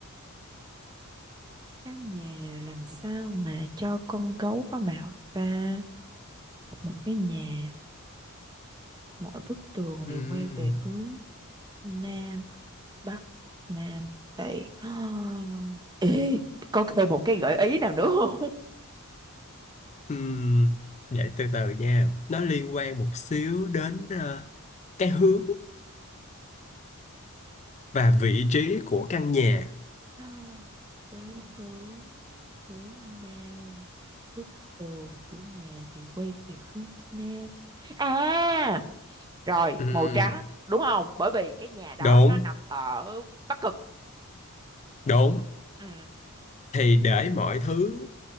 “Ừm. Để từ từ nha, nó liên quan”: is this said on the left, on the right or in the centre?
Left